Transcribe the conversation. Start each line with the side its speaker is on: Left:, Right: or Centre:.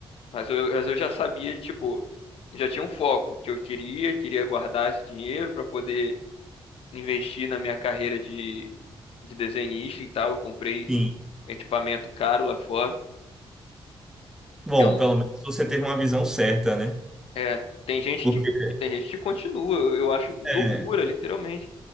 Left: Mas eu, mas eu já sabia, tipo, já tinha um foco que eu queria, queria guardar esse dinheiro para poder investir na minha carreira de, de desenhista e tal. Eu comprei
Centre: sim.
Left: equipamento caro lá fora,
Centre: Bom,
Left: que eu não,
Centre: pelo menos você teve uma visão certa, né?
Left: é, tem gente
Centre: Porque
Left: que tem gente que continua, eu, eu acho loucura,
Centre: é,
Left: literalmente.